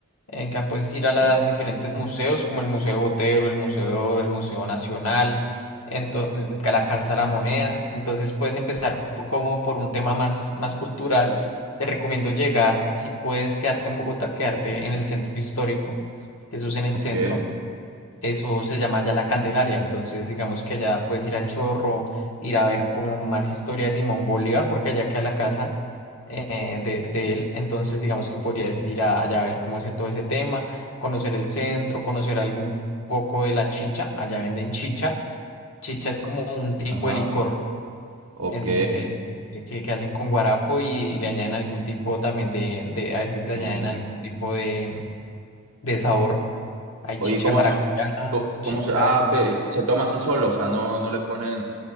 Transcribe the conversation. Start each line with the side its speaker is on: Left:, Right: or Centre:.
Left: En que puedes ir a los diferentes museos, como el Museo Botero, el Museo de Oro, el Museo Nacional, ento- que la Casa de la Moneda. Entonces puedes empezar po- como por un tema más, más cultural. Te recomiendo llegar, si puedes quedarte en Bogotá, quedarte en el centro histórico, Jesús en el
Right: Ok.
Left: centro. Eso se llama ya La Candelaria, entonces digamos que allá puedes ir al Chorro, ir a ver como más historias de Simón Bolívar, porque allá queda la casa eh, de, de él, entonces digamos que podrías ir a- allá a ver cómo es todo ese tema, conocer el centro, conocer algún poco de la chicha, allá venden chicha, chicha es como un tipo
Right: Ajá.
Left: de licor,
Right: Ok.
Left: el, el- que, que hacen con guarapo y, le añaden algún tipo también de, de, a veces le
Right: Y,
Left: añaden algún tipo de, de sabor, hay
Right: oye,
Left: chicha
Right: ¿cómo,
Left: de maracuyá,
Right: es- co- cómo
Left: chicha
Right: se... Ah,
Left: de...
Right: ok. Se toma así solo, o sea, no, no le ponen...